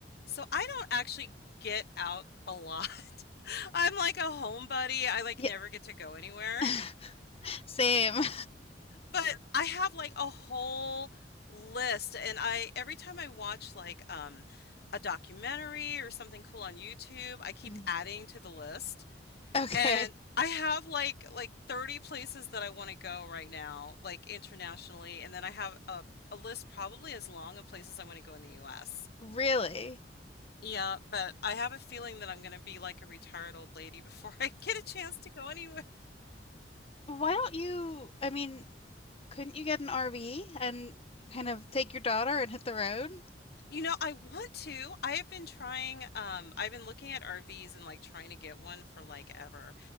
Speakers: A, on the left (about 60°); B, on the left (about 35°).
A: So I don't actually get out a lot. <laughs> I'm like a homebody. I like
B: Yeah.
A: never get to go anywhere.
B: <laughs>
A: <laughs>
B: Same. <laughs>
A: But I have like a whole list and I every time I watch like um a documentary or something cool on YouTube, I keep
B: Mhm.
A: adding to the list.
B: Okay.
A: And I have like like 30 places that I want to go right now, like internationally, and then I have a a list probably as long of places I want to go in the US.
B: Really?
A: Yeah, but I have a feeling that I'm gonna be like a retired old lady before <laughs> I get a chance to go anywhere.
B: Why don't you, I mean, couldn't you get an RV and kind of take your daughter and hit the road?
A: You know, I want to. I have been trying, um, I've been looking at RVs and like trying to get one for like ever.